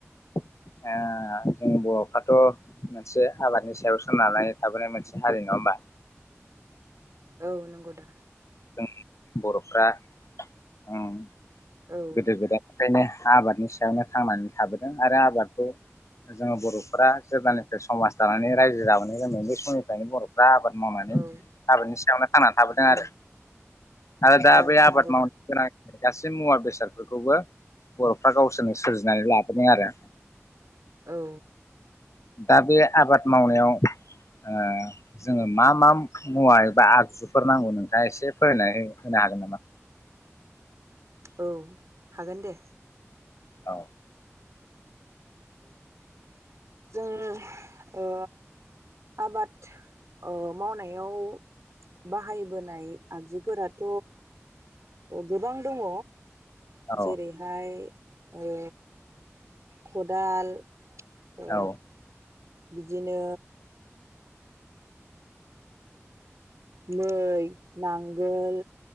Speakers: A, on the left; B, on the right.
A: ओ जों बरफ्राथ मोनसे आबादनि सायाव सोनारनाय थाबोनाय मोनसे हारि नङा होमबा
B: औ नंगौदा
A: जों बरफ्रा उम
B: औ
A: गोदो गोदाय बेखायनो आबादनि सायावनो थांनानै थाबोदों आरो आबादखौ जोङो बरफोरा जेब्लानिफ्राय समाज दानानै रायजो जाबोनाय जादों बै समनिफ्रायनो बर बा आबाद मावनानै
B: औ
A: आबादनि सायावनो थांनानै थाबोदों
B: औ
A: आरो आरै दा
B: औ
A: बे आबाद
B: नंगौ
A: मावनाय
B: दा
A: गासै मुवा बेसादफोरखौबो बरफ्रा गावसोरनो सोरजिनानै लाबोदों आरो
B: औ
A: दा बे आबाद मावनायाव ओ जोङो मा मा मुवा एबा आगजुफोर नांगौ नोंथाङा एसे फोरायना हो होनो हागोन नामा?
B: औ हागोन दे
A: औ
B: <inaudible> जों ओ आबाद अ मावनायाव बाहायबोनाय आगजुफोराथ गोबां दङ।
A: औ
B: जेरैहाय ओ खदाल ओ
A: औ
B: बिदिनो मै नांगोल